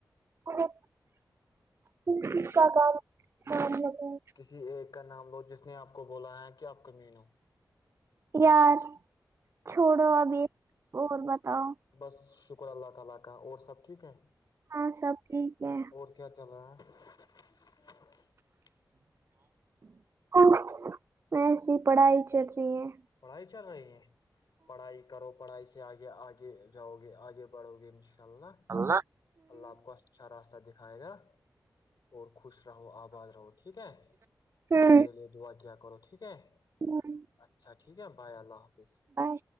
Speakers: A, on the right; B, on the left.
A: <unintelligible> کا کام مان لگے
B: کسی ایک کا نام لو جس نے آپ کو بولا ہے کہ آپ کمین ہو
A: یار چھوڑو ابھی اور بتاؤ
B: بس شکر اللہ تعالی کا اور سب ٹھیک ہے
A: ہاں سب ٹھیک ہے
B: اور کیا چل رہا ہے کچھ نہیں
A: بس ایسی پڑھائی چل رہی ہے
B: پڑھائی چل رہی ہے پڑھائی کرو پڑھائی سے آگے آگے جاؤ گے آگے بڑھو گے انشاء اللہ
A: ان شاء اللہ
B: اللہ آپ کو اچھا راستہ دکھائے گا اور خوش رہو آباد رہو ٹھیک ہے
A: ہ
B: میرے لیے دعا کیا کرو ٹھیک ہے
A: ہ
B: اچھا ٹھیک ہے بائے اللہ حافظ
A: بائے